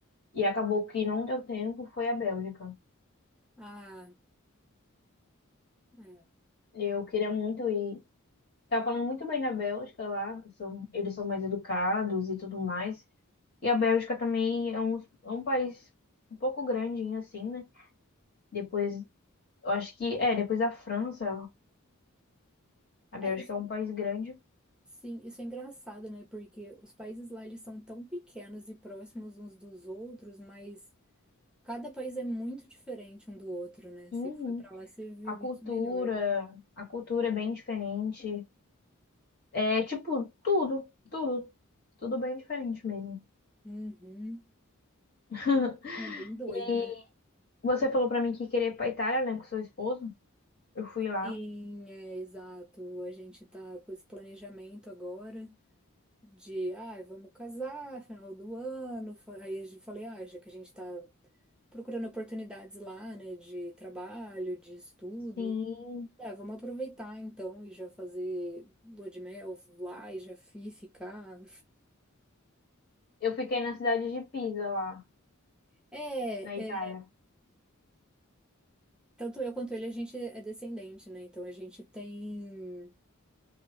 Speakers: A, on the left; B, in the centre.
A: e acabou que não deu tempo, foi a Bélgica.
B: Ah, é.
A: Eu queria muito ir. Tava falando muito bem da Bélgica lá, são- eles são mais educados e tudo mais. E a Bélgica também é um, é um país um pouco grandinho assim, né? Depois, eu acho que, é, depois da França, a Bélgica
B: É, isso,
A: é um país grande.
B: sim, isso é engraçado, né? Porque os países lá eles são tão pequenos e próximos uns dos outros, mas cada país é muito diferente um do outro, né?
A: Uhum.
B: Você que foi pra lá, você viu
A: A cultura,
B: isso melhor.
A: a cultura é bem diferente. É tipo, tudo, tudo, tudo bem diferente mesmo.
B: Uhum.
A: <laughs>
B: É bem doido,
A: E
B: né?
A: você falou pra mim que queria ir pra Itália, né, com seu esposo? Eu fui lá.
B: Sim, é exato. A gente tá com esse planejamento agora. de, ah, vamos casar, final do ano. Fa- Aí eu falei, ah, já que a gente tá procurando oportunidades lá, né, de trabalho, de estudo,
A: Sim,
B: ah, vamos aproveitar então e já fazer lua de mel lá e já fi- ficar.
A: eu fiquei na cidade de Pisa, lá
B: É,
A: na Itália,
B: é, tanto eu quanto ele, a gente é descendente, né? Então a gente tem.